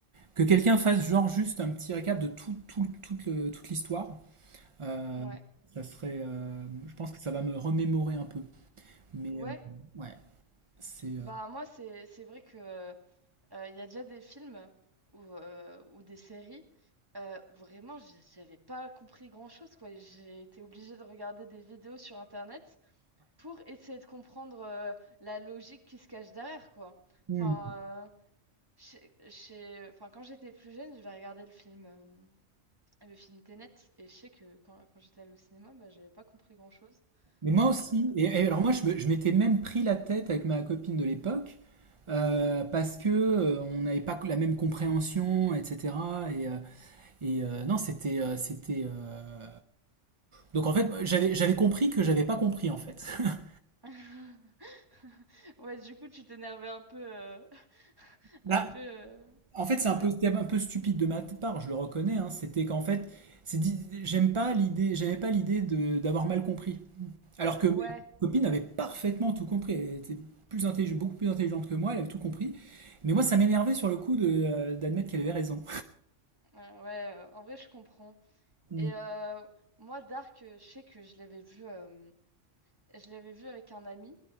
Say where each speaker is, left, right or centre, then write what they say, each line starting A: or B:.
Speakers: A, on the right; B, on the right.
A: que quelqu'un fasse genre juste un petit récap de tout, tout- toute le- toute l'histoire, euh,
B: ouais,
A: ça serait, euh, je pense que ça va me remémorer un peu. Mais
B: ouais,
A: euh, ouais, c'est...
B: bah
A: euh,
B: moi, c'est, c'est vrai que euh, il y a déjà des films ou, euh, ou des séries euh, où vraiment, j'- j'avais pas compris grand-chose, quoi. J'ai été obligée de regarder des vidéos sur internet pour essayer de comprendre euh, la logique qui se cache derrière, quoi.
A: ouais.
B: Enfin, euh, j'ai- j'ai- enfin quand j'étais plus jeune, j'avais regardé le film, euh, le film Tenet, et je sais que quand, quand j'étais allée au cinéma, bah, j'avais pas compris grand-chose.
A: Mais moi aussi,
B: Euh,
A: et, et alors moi je me- je m'étais même pris la tête avec ma copine de l'époque, euh, parce que euh, on n'avait pas la même compréhension, etc. Et, euh, et, euh, non, c'était, euh, c'était. euh, Donc en fait, j'avais, j'avais compris que j'avais pas compris en fait. <laughs>
B: <laughs> Ouais, du coup, tu t'énervais un peu, euh, <laughs>
A: Bah,
B: un peu, euh,
A: en fait, c'est un
B: ouais.
A: peu, c'était un peu stupide de ma part, je le reconnais. hein. C'était qu'en fait, c'est dit- j'aime pas l'idée, j'aimais pas l'idée de d'avoir mal compris. Alors que
B: Ouais,
A: ma copine avait parfaitement tout compris. Elle était plus intelligente, beaucoup plus intelligente que moi, elle avait tout compris. Mais moi, ça m'énervait sur le coup de, euh, d'admettre qu'elle avait raison.
B: ouais, ouais, euh, en vrai, je comprends.
A: Mm.
B: Et euh, moi, Dark, euh, je sais que je l'avais vu, euh, je l'avais vu avec un ami.